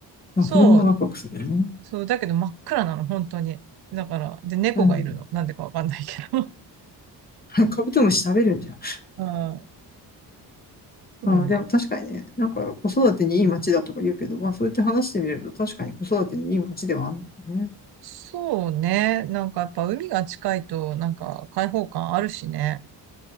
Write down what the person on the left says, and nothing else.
まあ子供はワクワクするよね。
うん。
<laughs> カブトムシ食べるんじゃん。<laughs>
うん、でも確かにね、なんか子育てにいい街だとか言うけど、まあそうやって話してみると確かに子育てにいい街ではあるんだよね。